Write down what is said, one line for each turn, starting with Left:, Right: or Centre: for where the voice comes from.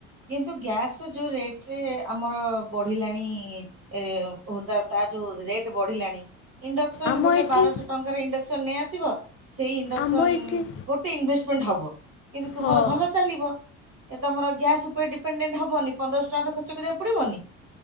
Right: କିନ୍ତୁ ଗ୍ୟାସ୍ ରେ ଯୋଉ ରେଟ୍ ରେ ଆମର ବଢିଲାଣି ଏ ଉଦାର ତାର ଯୋଉ ରେଟ୍ ବଢିଲାଣି, ଇଣ୍ଡକ୍ସନ୍
Left: ଆମ
Right: ଗୋଟେ
Left: ଏଠି
Right: ବାରଶହ ଟଙ୍କାର ଇଣ୍ଡକ୍ସନ୍ ନେଇ ଆସିବ ସେଇ ଇଣ୍ଡକ୍ସନ୍
Left: ଆମ ଏଠି
Right: ଗୋଟେ ଇନଭେଷ୍ଟମେଣ୍ଟ ହବ କିନ୍ତୁ ତୁମର
Left: ହଁ
Right: ଭଲ ଚାଲିବ ଏ ତମର ଗ୍ୟାସ୍ ଉପରେ ଡିପେଣ୍ଡେଣ୍ଟ ହବନି ପନ୍ଦରଶହ ଟଙ୍କା ତ ଖର୍ଚ୍ଚ କରିବାକୁ ପଡିବନି।